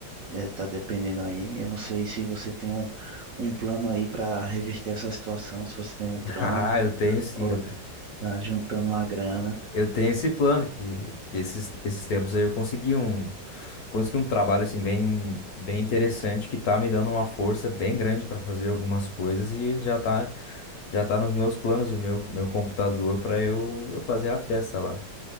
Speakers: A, on the right; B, on the left.
A: É, tá dependendo aí. Eu não sei se você tem um, um plano aí pra reverter essa situação, se você tem um trampo,
B: <laughs> Ah, eu tenho sim,
A: ou
B: eu tenho.
A: tá juntando uma grana,
B: Eu tenho esse plano que, que esses, esses tempos aí eu consegui um, consegui um trabalho assim bem, bem interessante que tá me dando uma força bem grande para fazer algumas coisas e já tá, já tá nos meus planos o meu, meu computador para eu, eu fazer a festa lá.